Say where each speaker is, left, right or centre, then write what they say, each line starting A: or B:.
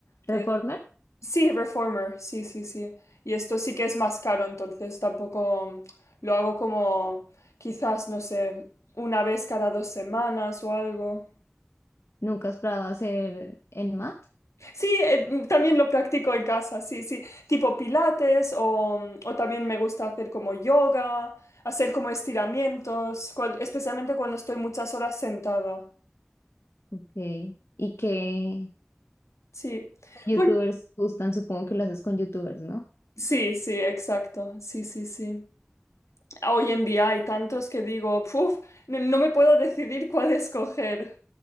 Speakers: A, on the left; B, on the left.
A: Que...
B: ¿Reformer?
A: Sí, reformer, sí, sí, sí. Y esto sí que es más caro, entonces tampoco mm, lo hago como quizás, no sé, una vez cada dos semanas o algo.
B: ¿Nunca has probado hacer en mat?
A: Sí, eh, también lo practico en casa, sí, sí, tipo pilates o, o también me gusta hacer como yoga, hacer como estiramientos, cual- especialmente cuando estoy muchas horas sentada.
B: Ok. ¿Y qué
A: Sí,
B: youtubers
A: bueno,
B: gustan? Supongo que lo haces con youtubers, ¿no?
A: sí, sí, exacto, sí, sí, sí. Hoy en día hay tantos que digo, "Puf, no, no me puedo decidir cuál <laughs> escoger.